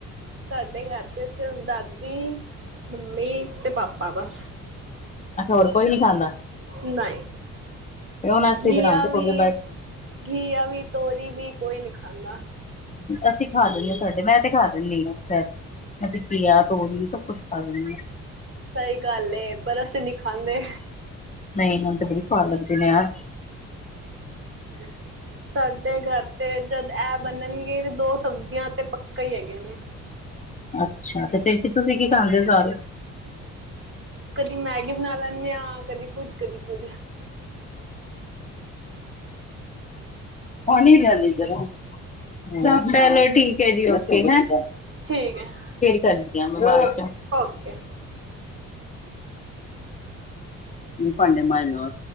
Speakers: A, on the right; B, on the left.
A: ਸਾਡੇ ਘਰ ਤੇ ਸਿਰਫ ਦਾਦੀ, ਮੰਮੀ ਤੇ ਪਾਪਾ ਵਾ।
B: ਅੱਛਾ, ਹੋਰ ਕੋਈ ਨੀ ਖਾਂਦਾ?
A: ਨਹੀ,
B: ਫਿਰ ਹੁਣ ਅਸੀਂ
A: ਘਿਆ
B: ਬਣਾਉਂਦੇ
A: ਵੀ
B: ਹੋਗੇ ਬਸ
A: ਘੀਆ ਵੀ, ਤੋਰੀ ਵੀ ਕੋਈ ਨੀ ਖਾਂਦਾ।
B: ਅਸੀਂ ਖਾ ਲਿੰਦੇ ਹਾਂ ਸਾਡੇ, ਮੈਂ ਤੇ ਖਾ ਦਿੰਦੀ ਹਾਂ ਉ ਅਸੀ ਘਿਆ, ਤੋਰੀ ਸਭ ਕੁੱਛ ਖਾ ਲੈਨੇ ਆ।
A: ਸਹੀ ਗੱਲ ਏ, ਪਰ ਅਸੀਂ ਨੀ ਖਾਂਦੇ।
B: ਨਹੀਂ ਮੇਨ ਤੇ ਬੜੀ ਸਵਾਦ ਲੱਗਦੇ ਨੇ ਯਾਰ।
A: <inaudible> <inaudible> ਸਾਡੇ ਘਰ ਤੇ, ਜਦ ਇਹ ਬਨਨਗੇ ਤੇ ਦੋ ਸਬਜ਼ੀਆਂ ਤੇ ਪੱਕਾ ਈ ਹੈਗੀਆ ਨੇ।
B: ਅੱਛਾ, ਤੇ ਫਿਰ ਕੀ ਤੁਸੀਂ ਕੀ ਖਾਂਦੇ ਹੋ? ਸਾਰੇ।
A: ਕਦੀ, ਮੈਗੀ ਬਣਾ ਲੈਂਨੇ ਆ। ਕਦੀ ਕੁੱਝ, ਕਦੀ ਕੁੱਝ।
B: ਪਾਨੀ ਲਿਆਨੀ ਗਰਮ। <unintelligible> ਚਲੋ, ਠੀਕ ਹੈ ਜੀ ਓਕੇ ਹੈ,
A: ਠੀਕ ਹੈ
B: ਫੇਰ ਕਰਦੀ ਆ ਮੈਂ ਬਾਦ ਚ।
A: ਓਕੇ।
B: ਭਾਂਡੇ ਮਾਂਜ ਲਵਾ।